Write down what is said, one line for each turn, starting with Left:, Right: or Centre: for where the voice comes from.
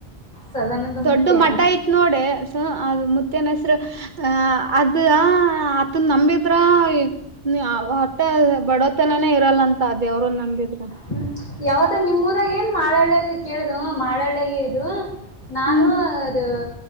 Left: ಸದಾನಂದ
Right: ದೊಡ್ಡ
Left: ಮುತ್ಯ
Right: ಮಠ ಐತ್ ನೋಡ ಹ ಅ ಮುತ್ತನ್ ಹೆಸರು ಹ ಅದ ಅದನ್ನ ನಂಬಿದ್ರಾ ನೀ ಹೊಟ್ಟ ಬಡೋತನಾನೇ ಇರಲ್ಲ ಅಂತ ಅ ದೇವ್ರನ ನಂಬಿದ್ರ.
Left: ಹ್ಮ್, ಯಾವದನನಿಮ್ಮೂರಾಗ ಏನ್ ಮಾಳಳ್ಳಾಗ ಕೇಳ್ದ ಮಾಳಳ್ಳೆಗಇದು. ನಾನು
Right: ಹ್ಮ್
Left: ಅದು